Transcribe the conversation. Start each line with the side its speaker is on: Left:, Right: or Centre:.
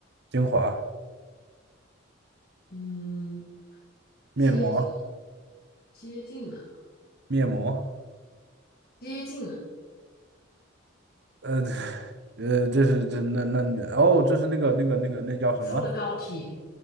Right: 精华、
Left: 嗯，
Right: 面膜、
Left: 接近了，接近了，
Right: 面膜，
Left: 接近了，
Right: 呃，<laughs> 呃，这是这那那你哦，这是那个那个那个那叫什么？
Left: 我说了膏体，